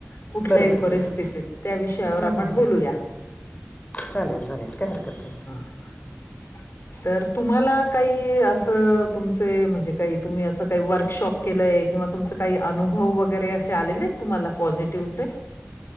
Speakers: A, on the left (about 70°); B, on the left (about 35°).
A: कुठल्याही
B: बरं बरं
A: परिस्थितीत
B: बरं
A: त्या विषयावर
B: हं,
A: आपण
B: हं.
A: बोलूया.
B: चालेल चालेल काय हरकत नाय.
A: <inaudible> तर तुम्हाला काही असं तुमचे म्हणजे काही तुम्ही असं काही वर्कशॉप केलंय किंवा तुमच काही अनुभव वगैरे असे आलेले एत तुम्हाला पॉझिटिव्हचे?